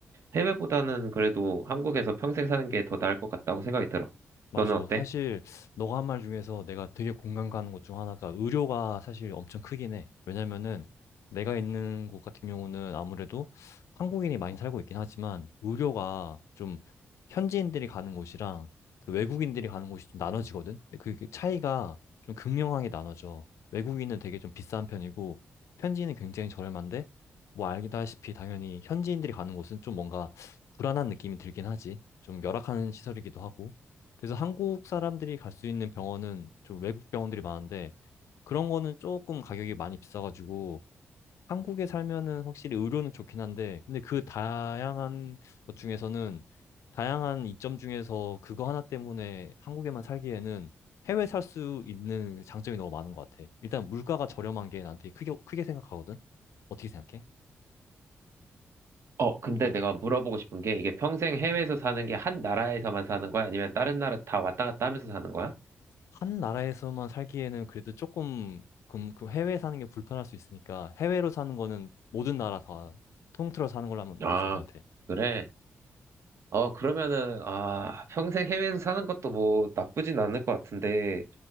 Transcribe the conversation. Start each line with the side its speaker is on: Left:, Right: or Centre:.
Right: 해외보다는 그래도 한국에서 평생 사는 게 더 나을 것 같다고 생각이 들어.
Left: 맞아.
Right: 너는 어때?
Left: 사실 너가 한 말 중에서 내가 되게 공감 가는 것 중 하나가 의료가 사실 엄청 크긴 해. 왜냐면은 내가 있는 곳 같은 경우는 아무래도 한국인이 많이 살고 있긴 하지만 의료가 좀 현지인들이 가는 곳이랑 그 외국인들이 가는 곳이 좀 나눠지거든. 근데 그게 차이가 좀 극명하게 나눠져. 외국인은 되게 좀 비싼 편이고 현지인은 굉장히 저렴한데 뭐 알다시피 당연히 현지인들이 가는 곳은 좀 뭔가 불안한 느낌이 들긴 하지. 좀 열악한 시설이기도 하고. 그래서 한국 사람들이 갈 수 있는 병원은 좀 외국 병원들이 많은데 그런 거는 조금 가격이 많이 비싸가지고 한국에 살면은 확실히 의료는 좋긴 한데 근데 그 다양한 것 중에서는 다양한 이점 중에서 그거 하나 때문에 한국에만 살기에는 해외 살 수 있는 장점이 너무 많은 것 같아. 일단 물가가 저렴한 게 나한테 크게 크게 생각하거든. 어떻게 생각해?
Right: 어, 근데 내가 물어보고 싶은 게 이게 평생 해외에서 사는 게 한 나라에서만 사는 거야? 아니면 다른 나라 다 왔다 갔다 하면서 사는 거야?
Left: 한 나라에서만 살기에는 그래도 조금 그, 그 해외에 사는 게 불편할 수 있으니까 해외로 사는 거는 모든 나라 다 통틀어 사는 걸로 하는
Right: 아,
Left: 게 좋을 것 같아.
Right: 그래. 어, 그러면은, 아, 평생 해외에서 사는 것도 뭐 나쁘진 않을 것 같은데,